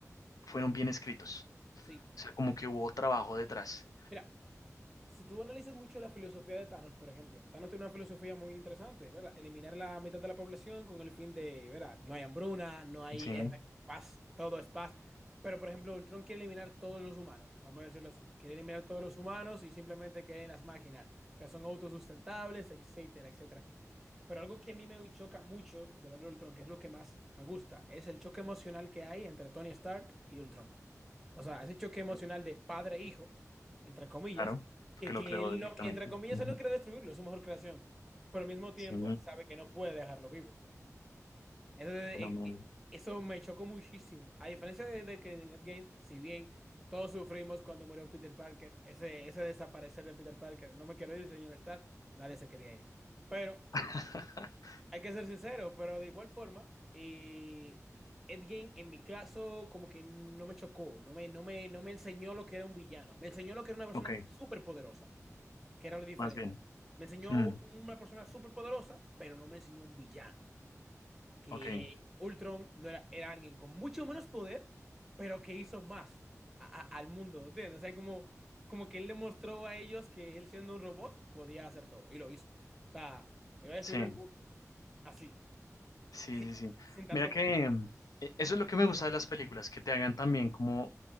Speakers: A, on the left; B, in the centre.
A: fueron bien escritos.
B: Sí.
A: O sea, como que hubo trabajo detrás,
B: Mira, si tú analizas mucho la filosofía de Thanos, por ejemplo, Thanos tiene una filosofía muy interesante, ¿verdad? Eliminar la mitad de la población con el fin de, ¿verdad? No hay hambruna, no hay
A: Sí, ok,
B: es- paz, todo es paz. Pero, por ejemplo, Ultron quiere eliminar todos los humanos, vamos a decirlo así. Quiere eliminar todos los humanos y simplemente queden las máquinas, que son autosustentables, etcétera, etcétera. Pero algo que a mí me choca mucho de la ley de Ultron, que es lo que más me gusta, es el choque emocional que hay entre Tony Stark y Ultron. O sea, ese choque emocional de padre-hijo, entre comillas,
A: claro, porque
B: que,
A: lo
B: que
A: creó
B: él
A: directamente.
B: no, entre comillas,
A: ujú,
B: él no quiere destruirlo, es su mejor creación. Pero al mismo tiempo,
A: sí,
B: él sabe que no puede dejarlo vivo. Entonces,
A: fenómeno.
B: eh, eh, eso me chocó muchísimo. A diferencia de, de que en Endgame, si bien todos sufrimos cuando murió Peter Parker, ese, ese desaparecer de Peter Parker, no me quiero ir, señor Stark, nadie se quería ir. Pero
A: <laughs>
B: hay que ser sincero, pero de igual forma, eh, Ed Gein, en mi caso como que no me chocó, no me, no me, no me enseñó lo que era un villano, me enseñó lo que era una persona
A: Ok,
B: súper poderosa, que era lo diferente.
A: más bien.
B: Me enseñó
A: mm,
B: una persona súper poderosa, pero no me enseñó un villano, que
A: Ok,
B: Ultron no era, era alguien con mucho menos poder, pero que hizo más a- a- al mundo, ¿entiendes? O sea, como, como que él demostró a ellos que él siendo un robot podía hacer todo, y lo hizo. O sea, iba a destruir
A: sí,
B: el mundo, así.
A: sí,
B: <laughs>
A: sí, sí.
B: Sin tanto
A: Mira que
B: poder.
A: mm, e- eso es lo que me gusta de las películas, que te hagan también como,